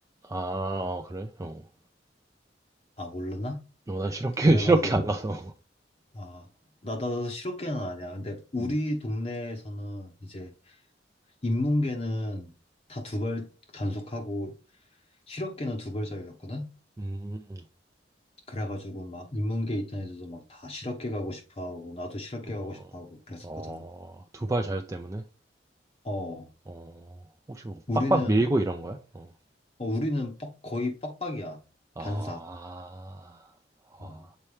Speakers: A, on the right (about 15°); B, on the left (about 35°).
A: 아, 그래? 어.
B: 아, 모르나?
A: 어, 난 실업계,
B: 그래가지고,
A: <laughs> 실업계 안 가서.
B: 아, 나, 나도 실업계는 아니야. 근데 우리
A: 음,
B: 동네에서는 이제 인문계는 다 두발 단속하고 실업계는 두발 자유였거든?
A: 음,
B: 그래가지고 막 인문계 있던 애들도 막 다 실업계 가고 싶어 하고 나도 실업계
A: 어,
B: 가고 싶어 하고 그랬었거든.
A: 어, 두발 자유 때문에?
B: 어,
A: 어, 혹시 뭐
B: 우리는
A: 빡빡 밀고 이런 거야? 어.
B: 어, 우리는 빡, 거의 빡빡이야.
A: 아,
B: 반삭.
A: 아,
B: 어,